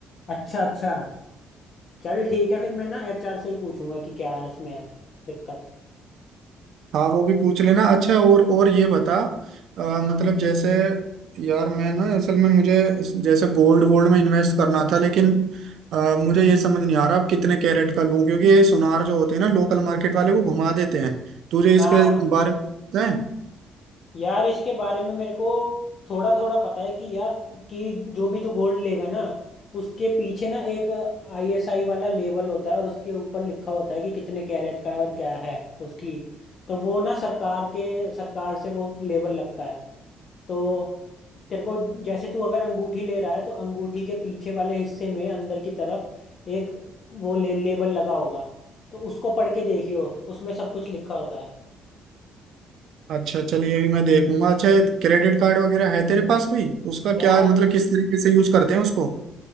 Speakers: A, on the left; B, on the right.
A: अच्छा अच्छा चल ठीक है फिर मैं ना एचआर से ही पूछूंगा कि क्या है इसमें है दिक्कत
B: हाँ वो भी पूछ लेना अच्छा और और ये बता अ, मतलब जैसे यार मैं ना असल में मुझे जैसे गोल्ड गोल्ड में इन्वेस्ट करना था लेकिन अ, मुझे ये समझ नहीं आ रहा अब कितने कैरेट का लूं क्योंकि ये सुनार जो होते हैं ना लोकल मार्केट वाले वो घुमा देते हैं तुझे इसके
A: हाँ
B: बारे में पता है
A: यार इसके बारे में मेरे को थोड़ा थोड़ा पता है कि यार कि जो भी तू गोल्ड लेगा ना उसके पीछे ना एक आईएसआई वाला लेबल होता है और उसके ऊपर लिखा होता है कि कितने कैरेट का है और क्या है उसकी तो वो ना सरकार के सरकार से वो लेबल लगता है तो तेरे को जैसे तू अगर अंगूठी ले रहा है तो अंगूठी के पीछे वाले हिस्से में अंदर की तरफ एक वो ले, लेबल लगा होगा तो उसको पढ़ के देखियो उसमें सब कुछ लिखा होता है
B: अच्छा चल ये भी मैं देखूंगा अच्छा क्रेडिट कार्ड वगैरह है तेरे पास कोई उसका
A: यार
B: क्या है मतलब किस तरीके से यूज करते हैं उसको